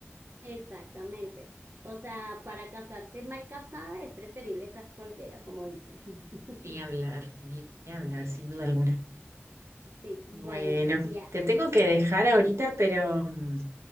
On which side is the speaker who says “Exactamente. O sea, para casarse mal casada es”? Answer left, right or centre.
Right